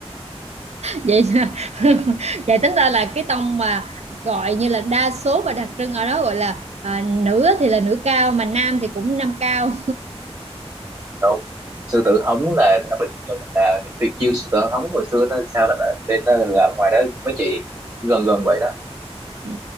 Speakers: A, on the right; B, on the right.
A: Vậy là- <laughs> vậy tính ra là cái tông mà gọi như là đa số và đặc trưng ở đó gọi là à, nữ thì là nữ cao mà nam thì cũng nam cao
B: Rồi, sư tử hống là là bình thường là cái tuyệt chiêu sư tử hống hồi xưa nó sao là nên là, là ngoài đó mấy chị gần gần vậy đó
A: ừ,